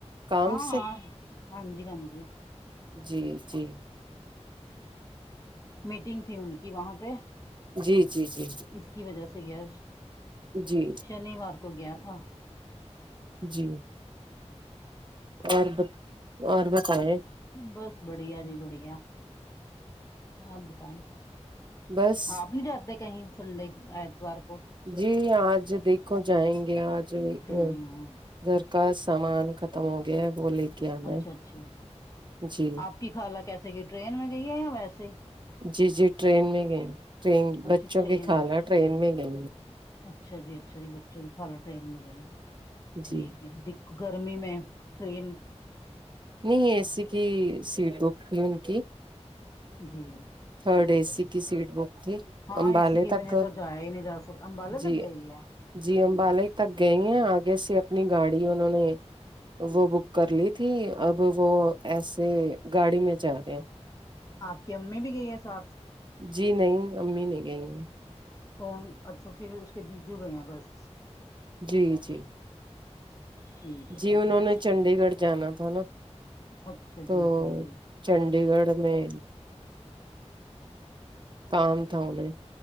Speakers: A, on the right; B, on the left.
A: کام
B: ہاں
A: سے
B: ہاں ہاں جی ہاں جی
A: جی جی
B: میٹنگ تھی ان کی وہاں پہ
A: جی جی جی
B: اس کی وجہ سے گیا
A: جی
B: شنیوار کو گیا تھا
A: جی اور ب اور بتائے
B: بس بڑھیا جی بڑھیا آپ بتایں
A: بس
B: آپ نہیں جاتے کہیں سنڈنے ایتوار کو
A: جی آج دیکھو جائیں گے آج
B: ہوں
A: ا گھر کا سامان ختم ہو گیا ہے وہ لے کے آنا
B: اچھا
A: ہے
B: اچھا
A: جی
B: آپ کی خالہ کیسے گئی ٹرین میں گئی ہے یا ویسے
A: جی جی ٹرین میں گئے ٹرین
B: اچھا
A: بچوں
B: ٹرین
A: کی خالہ
B: میں
A: ٹرین میں گئے
B: اچھا جی اچھا جی بچوں کی خالہ ٹرین میں گئی ٹھیک
A: جی
B: ہے گرمی میں ٹرین
A: نہیں اے سی کی سیٹ بک تھی ان کی
B: جی
A: تھرڈ اے سی کی سیٹ بک تھی
B: ہاں
A: امبالے
B: اے سی کی
A: تک
B: وجہ تو جا ہی نہیں جا سک امبالا
A: جی
B: تک گئی ہے
A: جی امبالہ ہی تک گئی ہیں آگے سے اپنی گاڑی انہوں نے وہ بک کر لی تھی اب وہ ایسے گاڑی میں جا رہے ہیں
B: آپ کی امی بھی گئی ہے ساتھ
A: جی نہیں امی نہیں گئی
B: کون اچھا پھر اس کے جی جو گئے ہیں بس
A: جی جی
B: ٹھیک ہے
A: جی انہوں
B: ٹھیک
A: نے چنڈی گڑھ جانا تھا نا
B: ہے اچھا
A: تو
B: جی جی جی
A: چنڈی گڑھ میں کام تھا انہیں